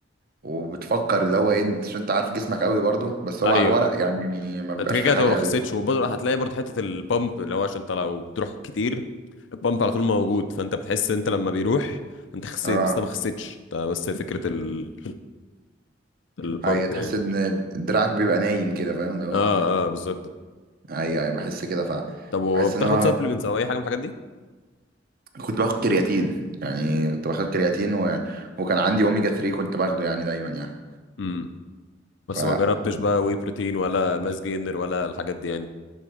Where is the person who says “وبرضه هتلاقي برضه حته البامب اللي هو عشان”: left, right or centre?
Left